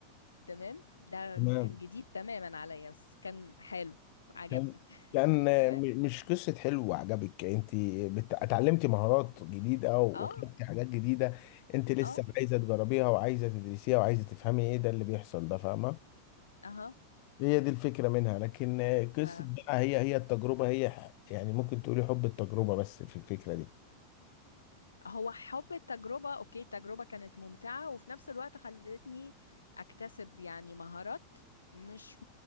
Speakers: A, on the left; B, on the left.
A: تمام ده
B: تمام
A: كان جديد تماما عليا بس كان حلو عجبني
B: كان
A: <laughs>
B: كان آه،
A: تمام
B: م- مش قصة حلو عجبك أنت بت- اتعلمتي مهارات جديدة وخدتي
A: اه
B: حاجات جديدة أنت لسه
A: اه
B: عايزة تجربيها وعايزة تدرسيها وعايزة تفهمي إيه ده اللي بيحصل ده فاهمة
A: اها
B: هي دي الفكرة منها لكن قصة
A: ف
B: بقى هي هي التجربة هي يعني ممكن تقولي حب التجربة بس في الفكرة
A: هو حب التجربة اوكي التجربة كانت ممتعة وفي نفس الوقت خلتني اكتسب يعني مهارات مش